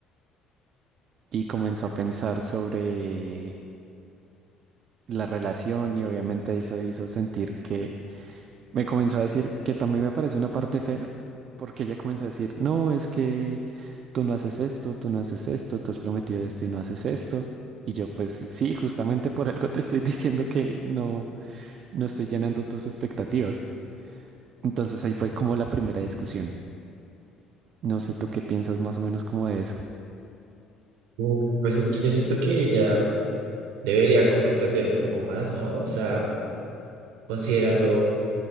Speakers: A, on the right; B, on the right.
A: Y comenzó a pensar sobre la relación y obviamente eso hizo sentir que me comenzó a decir que también me parece una parte fea, porque ella comenzó a decir, no, es que tú no haces esto, tú no haces esto, tú has prometido esto y no haces esto. Y yo pues sí, justamente por algo te estoy <laughs> diciendo que no, no estoy llenando tus expectativas. Entonces ahí fue como la primera discusión. No sé tú qué piensas más o menos como de eso.
B: Uf, Pues es que yo siento que ella debería como entender un poco más, ¿no? O sea, considerando